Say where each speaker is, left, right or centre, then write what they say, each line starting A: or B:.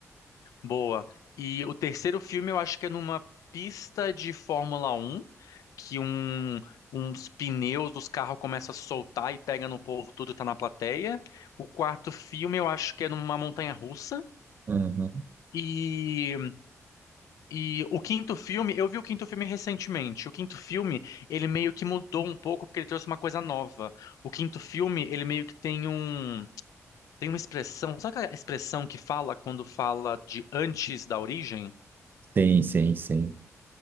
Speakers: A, on the left; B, on the right.
A: Boa. E o terceiro filme eu acho que é numa pista de Fórmula um que um, uns pneus dos carros começam a soltar e pega no povo, tudo tá na plateia. O quarto filme eu acho que é numa montanha russa.
B: Uhum.
A: E, e o quinto filme, eu vi o quinto filme recentemente. O quinto filme, ele meio que mudou um pouco porque ele trouxe uma coisa nova. O quinto filme, ele meio que tem um, tem uma expressão, sabe aquela expressão que fala quando fala de antes da origem?
B: Sim, sim, sim.